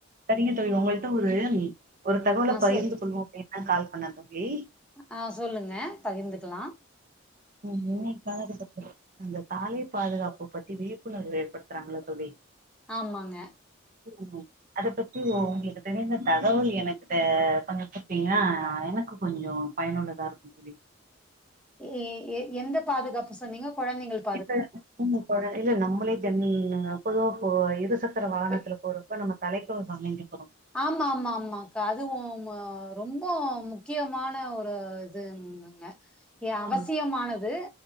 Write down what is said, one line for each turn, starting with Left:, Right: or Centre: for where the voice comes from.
Right: சரிங்க தோழி உங்கள்ட ஒரு ஒரு தகவலை
Centre: ஆ
Right: பகிர்ந்து
Centre: சொல்
Right: கொள்வோம் அப்படின்னு தான் கால் பண்ணேன் தோழி
Centre: ஆஹ் சொல்லுங்க பகிர்ந்துக்கலாம்
Right: உம் இன்னைக்காக அந்த சாலை பாதுகாப்பு பத்தி விழிப்புணர்வு ஏற்படுத்துறாங்கள தோழி
Centre: ஆமாங்க
Right: உம் அத பத்தி ஓ உங்களுக்கு தெரிந்த தகவல் எனக்கிட்ட கொஞ்சொ குடுத்தீங்கன்னா எனக்கு கொஞ்சொ பயனுள்ளதா இருக்குந் தோழி
Centre: எ எ எந்த பாதுகாப்பு சொன்னீங்க கொழந்தைங்களு
Right: <inaudible> இல்ல நம்மளே ஜென் பொதுவாக போ இருசக்கர வாகனத்துல
Centre: பெ
Right: போறோம் இப்ப நம்ம தலைக்கு சமைந்சு
Centre: ஆமா ஆமா ஆமா அக்கா அதுவும் ரொம்ப முக்கியமான ஓரு இதுங்க ஏ அவசியமானது
Right: ஆமா